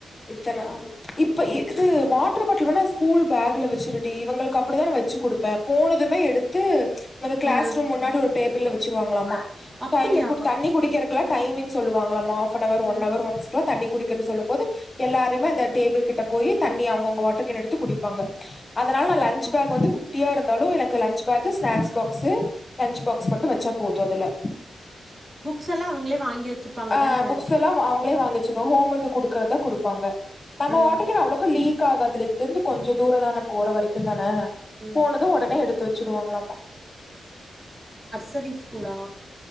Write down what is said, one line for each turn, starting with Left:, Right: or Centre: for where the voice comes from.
Left: இத்தன அப் இப் இப்ப இது வா டர் பாட்டல் வேணா ஸ்கூல் பேக்ல வச்சிருடி இவங்களுக்கு அப்படிதா நா வச்சு குடுப்பே போனதுமே எடுத்து எங்க க்ளாஸ்
Right: ஆ
Left: ரூம் முன்னாடி ஒரு டேபிள்ல வச்சிருவாங்களாமா
Right: அப்படியா
Left: டைம்க்கு தண்ணி குடிக்கிறக்குலா டைமிங் சொல்லுவாங்களாமா ஆஃபனவர் ஒன்
Right: ம்
Left: அவர் ஒன்ஸ்க்லா தண்ணி குடிக்கிறக்கு சொல்லும் போது எல்லாருமே அந்த
Right: ம்
Left: டேபிள் கிட்ட போயி தண்ணி அவுங்கவுங்க வாட்டர் கேன் எடுத்து குடிப்பாங்க அதனால நா லன்ச்
Right: ம்
Left: பேக் வந்து குட்டியா இருந்தாலூ எனக்கு lunch bag snacks box lunch box மட்டு வச்சா போதூ அதுல
Right: புக்ஸ் எல்லா அவங்களே வாங்கி வச்சுப்பாங்க
Left: ஆ
Right: தான
Left: புக்ஸ் எல்லா அவங்களே வாங்கி வச்சுகுவாங் ஹோம் ஒர்க் குடுக்கறதா குடு அ நம்ம
Right: ம்
Left: வாட்டர் கேன் அவ்ளக்கூ லீக் ஆகாதுல இங்கேருந்து கொஞ்ச தூரோ தான போற வரைக்குந்தானே
Right: ம்
Left: போனதூ ஒடனே எடுத்து வச்சிருவாங்களாமா
Right: செரி ஸ்கூலா